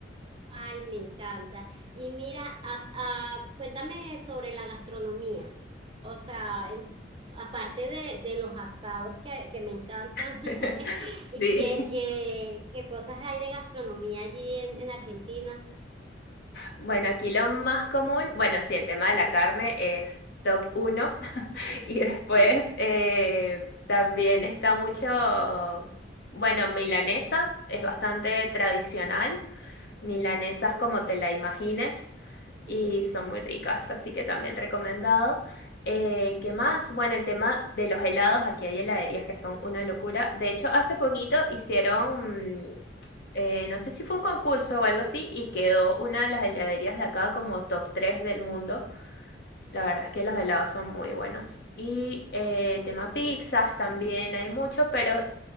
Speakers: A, on the right; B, on the left.
A: Ay, me encanta. Y mira, a- a- cuéntame sobre la gastronomía. O sea, en- aparte de, de los asados que, que me encantan,
B: <laughs>
A: <laughs>
B: Sí.
A: ¿y qué, qué, qué cosas hay de gastronomía allí en, en Argentina?
B: Bueno, aquí lo más común, bueno, sí, el tema de la carne es top uno. <laughs>
A: <laughs>
B: Y después
A: Sí.
B: eh, también está mucho, bueno, milanesas, es bastante tradicional. milanesas
A: Ok.
B: como te la imagines
A: <laughs>
B: y son muy ricas, así que también recomendado. Eh, ¿qué más? Bueno, el tema de los helados, aquí hay heladerías que son una locura. De hecho, hace poquito hicieron, mm, eh, no sé si fue un concurso o algo así, y quedó una de las heladerías de acá como top 3 del mundo. La verdad es que los helados son muy buenos. Y eh,
A: Ok,
B: tema
A: ah,
B: pizzas
A: qué rico.
B: también hay mucho, pero